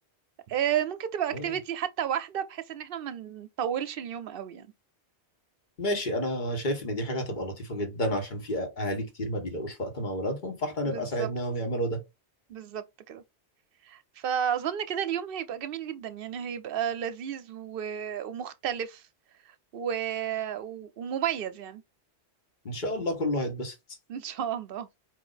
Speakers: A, on the right (about 60°); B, on the left (about 45°).
A: آه، ممكن تبقى
B: مم.
A: activity حتى واحدة بحيث ان احنا ما نطولش اليوم قوي يعني
B: ماشي انا شايف ان دي حاجه هتبقى لطيفه جدا عشان في أ- اهالي كتير ما بيلاقوش وقت مع اولادهم فاحنا
A: بالظبط
B: نبقى ساعدناهم يعملوا ده
A: بالظبط كده فأظن كده اليوم هيبقى جميل جدا يعني هيبقى لذيذ و... ومختلف و... و- ومميز يعني
B: ان شاء الله كله هيتبسط
A: <laughs> إن شاء الله